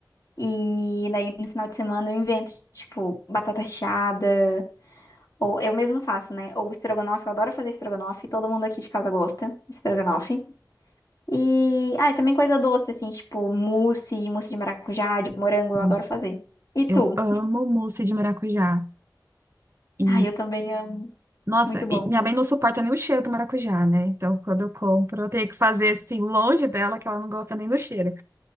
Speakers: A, on the left; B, on the right.
A: E daí no final de semana eu invento, tipo, batata chiada, ou eu mesmo faço, né? Ou estrogonofe, eu adoro fazer estrogonofe, todo mundo aqui de casa gosta de estrogonofe. E, ah, e também coisa doce, assim, tipo, mousse, mousse de maracujá, de morango, eu
B: Nossa,
A: adoro fazer. E tu?
B: eu amo mousse de maracujá. E,
A: Ah, eu também amo.
B: nossa,
A: Muito bom.
B: e minha mãe não suporta nem o cheiro do maracujá, né? Então, quando eu compro, eu tenho que fazer assim, longe dela, que ela não gosta nem do cheiro.